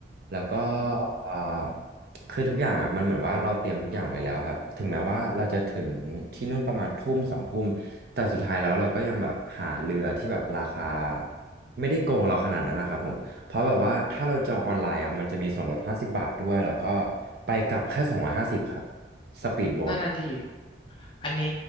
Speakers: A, on the right; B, on the left.
A: แล้วก็
B: อืม
A: อ่าคือทุกอย่างอ่ะมันเหมือนว่าเราเตรียมทุกอย่างไว้แล้วครับถึงแม้ว่าเราจะถึงที่นู่นประมาณทุ่มสองทุ่มแต่สุดท้ายแล้วเราก็ยังแบบหาเรือที่แบบราคาไม่ได้โกงเราขนาดนั้นนะครับผม เพราะแบบว่าถ้าเราจองออนไลน์อ่ะมันจะมีส่วนลดห้าสิบบาทด้วยแล้วก็ไปกลับแค่สองร้อยห้าสิบครับสปีดโบ๊ท
B: นั่นน่ะดิอันนี้